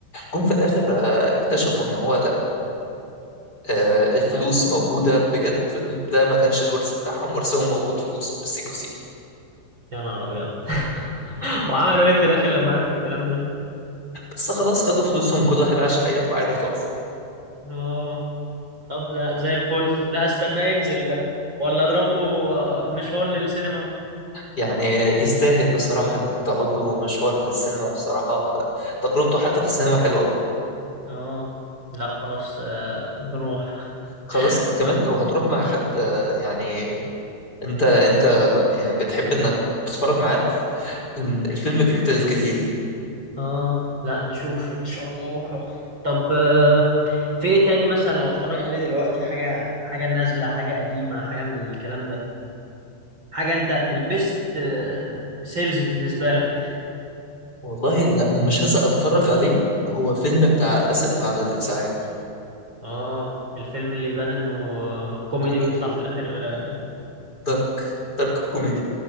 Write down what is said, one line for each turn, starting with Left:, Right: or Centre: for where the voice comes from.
Left: جم في الآخر آه، اكتشفوا ان هو لا آه، الفلوس
Right: اه
Left: موجودة بجد ده ما كانش الورث بتاعهم ورثهم موجود فلوس بالسيكو سيكو.
Right: يا نهار ابيض <laughs> وعملوا ايه في الاخر لما عرفوا الكلام ده
Left: بس خلاص خدوا فلوسهم كل واحد عاش حياته عادي خالص
Right: اه طب لا زي الفل لا استنى ينزل ده ولا اضرب له آه، مشوار للسينما
Left: يعني يستاهل بصراحة إنك تقعد له مشوار للسينما بصراحة تجربته حتى في السينما حلوة أوي
Right: اه لا خلاص آه، نروح
Left: خلاص
Right: <laughs>
Left: كمان
Right: طب
Left: لو هتروح مع حد آه، يعني أنت أنت يعني بتحب إنك تتفرج معاه الفيلم بيختلف كتير
Right: اه لا نشوف ان شاء الله بكره طب آه، في ايه تاني مثلا لو هتفرج عليه دلوقتي حاجه حاجه نازله حاجه قديمه حاجه من الكلام ده حاجه انت البيست سيلز بالنسبه لك
Left: والله لا أنا مش هسأل أتفرج عليه هو فيلم بتاع آسف على الإزعاج
Right: اه الفيلم اللي يبان انه آه، كوميدي
Left: كوميدي
Right: ويطلع في الاخر اه
Left: دارك دارك كوميدي